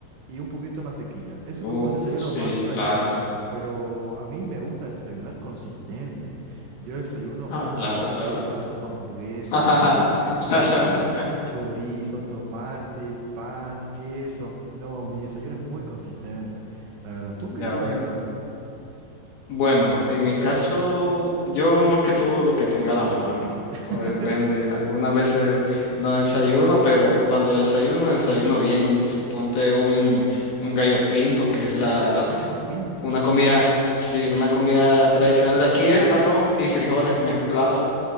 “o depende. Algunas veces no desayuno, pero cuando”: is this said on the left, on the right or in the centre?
Left